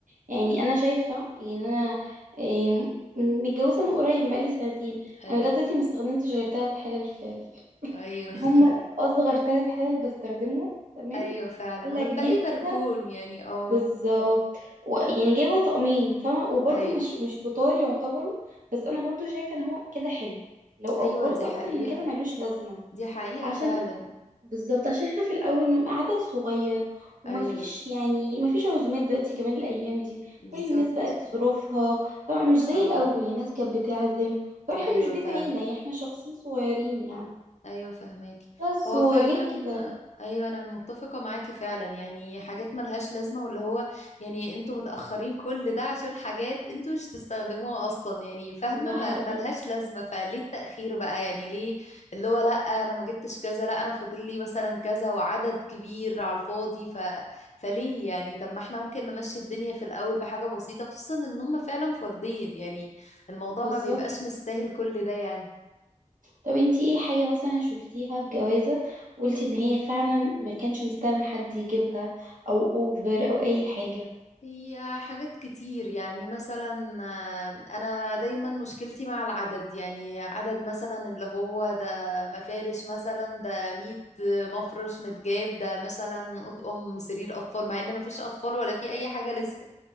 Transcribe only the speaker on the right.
يعني انا شايفه يعني انا يعني من- متجوزه من قريب بقالي سنتين
انا لغايه دلوقتي ما استخدمتش غير ثلاث حلل في في-
يعني هم
اصغر ثلاث حلل بستخدمهم تمام
حله
كبيره
كده
بالظبط و- يعني جايبه طقمين فاهمه وبرده
مش مش كتار يعتبروا بس انا برضو شايفه ان هو كده حلو لو افورت
اكتر من كده ملوش لازمه
عشان
بالظبط عشان احنا في الاول بنبقى عدد صغير ومفيش
يعني مفيش عزومات دلوقتي كمان الايام دي
كل الناس بقت ظروفها فمش زي
الاول يعني الناس كانت بتعزم فاحنا
مش بيت
عيله يعني احنا شخصين صغيرين يعني
بس
وغير
كده
ده
حقيقي
بالظبط
طب انتي ايه حاجه مثلا شفتيها في جوازه وقلتي ان هي فعلا ما كانش مستاهل إن حد يجيبها او اوفر او اي حاجه